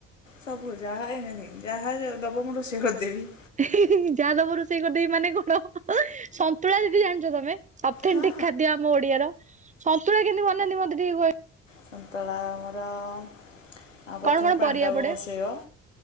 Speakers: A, on the left (about 80°); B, on the right (about 20°).
A: ସବୁ ଯାହା ଏଭ୍ରିଥିଂ ଯାହା ଜ ଦବ ମୁଁ ରୋଷେଇ କରିଦେବି।
B: ଇ ହିଃ ହିଃ ଯାହାଦବ ରୋଷେଇ କରିଦେବି ମାନେ କଣ ସନ୍ତୁଳା ଦିଦି ଜାଣିଛ ତମେ? ଅଫେଣ୍ଟିକ୍
A: ହଁ
B: ଖାଦ୍ୟ ଆମ ଓଡ଼ିଆର ସନ୍ତୁଳି କେମିତି ବନାନ୍ତି ମତେ ଟିକେ କହି
A: ସନ୍ତଳା ଆମର ଆ ପ୍ରଥମେ
B: କଣ କଣ
A: ପାଣିଟାକୁ
B: ପରିବା ପଡେ
A: ବସେଇବ।